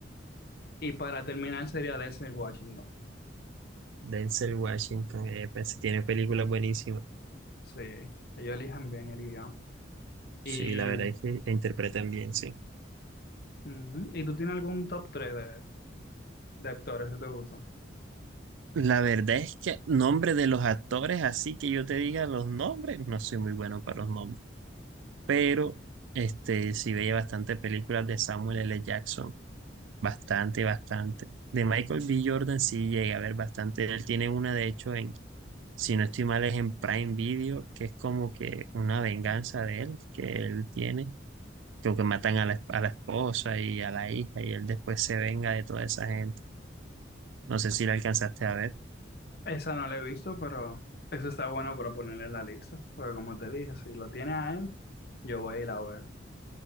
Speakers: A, on the left; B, on the right.
A: Y para terminar sería Denzel Washington.
B: Denzel Washington, eh, pues, tiene películas buenísimas.
A: Sí, ellos eligen bien el guión. Y,
B: Sí, la verdad es que la interpretan bien, sí.
A: ujú, ¿Y tú tienes algún top 3 de actores que te gustan.
B: La verdad es que nombre de los actores, así que yo te diga los nombres, no soy muy bueno para los nombres. Pero este sí veía bastante películas de Samuel L. Jackson Bastante, bastante. De Michael B. Jordan sí llega a ver bastante. Él tiene una, de hecho, en, si no estoy mal, es en Prime Video, que es como que una venganza de él, que él tiene, creo que matan a la, a la esposa y a la hija, y él después se venga de toda esa gente. No sé si la alcanzaste a ver.
A: Esa no la he visto, pero eso está bueno para ponerle en la lista. Porque como te dije, si lo tiene a él, yo voy y la veo.